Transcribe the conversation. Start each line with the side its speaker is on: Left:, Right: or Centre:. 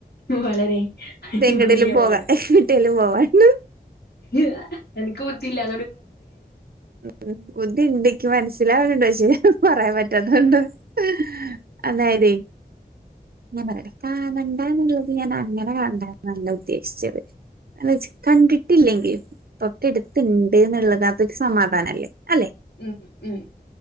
Left: വളരെ അനുകൂലി
Right: എങ്ങടേലും പോകാൻ
Left: മാണ്
Right: എങ്ങട്ടേലും പോവാണ്ട്
Left: ങ്‌ അനക്ക് ബുദ്ധിയില്ലാ
Right: ഉം ബുദ്ധി ണ്ട് ക്കി മനസ്സിലാവുണ് ണ്ട് പക്ഷേ പറയാൻ പറ്റാത്തൊണ്ട ങ്‌ ഹേ അതായത് ഞാൻ പറയേട്ടാ കാണണ്ട ന്ന്ള്ളത് ഞാൻ അങ്ങനെ കാണണ്ട ന്നല്ല ഉ.. ദ്ദേശിച്ചത് അത് വെച്ച് കണ്ടിട്ടില്ലെങ്കില് തൊട്ടടുത്ത് ണ്ട് ന്ന്ള്ളതാ സമാധാനല്ലേ അല്ലെ
Left: ഉം ഉം